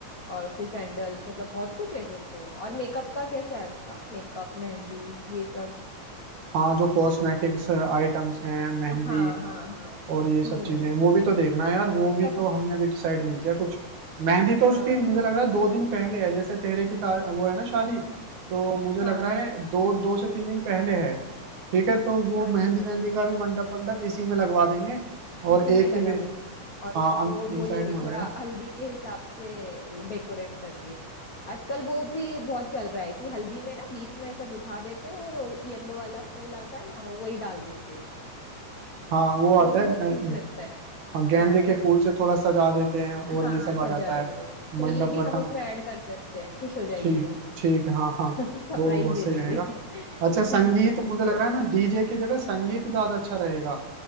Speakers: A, on the left; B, on the right.
A: और फिर सैंडल्स मतलब बहुत कुछ है फिर तो और मेकअप का कैसा है उसका मेकअप मेहंदी ये सब
B: हाँ जो कॉस्मेटिक्स आइटम्स हैं मेहंदी
A: हाँ हाँ हाँ
B: और ये सब
A: हम्म
B: चीजें वो भी तो देखना है यार वो
A: उसका
B: भी तो
A: कुछ
B: हमने अभी डिसाइड नहीं किया कुछ मेहंदी तो
A: हाँ
B: उसकी मुझे लग रहा है दो दिन पहले है जैसे तेरे की ता, वो है ना शादी तो मुझे लग
A: हाँ
B: रहा है दो दो से तीन दिन पहले है ठीक है तो वो
A: अच्छा
B: मेहंदी मेहंदी का भी मंडप मंडप इसी में लगवा देंगे और
A: इसी
B: एक
A: में लगा
B: ही वे-
A: देंगे और
B: हाँ
A: उसको
B: इन
A: बोलेंगे
B: साइड में हो
A: थोड़ा
B: जाएगा
A: हल्दी के हिसाब से डेकोरेट कर दे आजकल वो भी बहुत चल रहा है कि हल्दी में ना बीच में ऐसा बिठा देते हैं और येलो वाला फूल आता है ना वही डाल देते हैं।
B: हाँ वो
A: तो
B: आता
A: वो भी
B: है
A: बहुत
B: अ,
A: क्यूट लगता है
B: हाँ, गेंदे
A: हाँ
B: के फूल से थोड़ा सजा देते हैं और
A: हाँ
B: ये सब आ
A: सजा
B: जाता
A: देते
B: है
A: हैं तो
B: मंडप
A: ये भी
B: वटम
A: हम उसमें ऐड कर सकते हैं खुश हो जाएगी
B: ठीक
A: वो
B: ठीक है, हाँ
A: <laughs>
B: हाँ
A: सरप्राइज
B: वो भी बहुत
A: दे
B: सही
A: देंगे
B: रहेगा अच्छा संगीत
A: <laughs> सही
B: मुझे लग रहा
A: है
B: है ना डीजे की जगह संगीत ज्यादा अच्छा रहेगा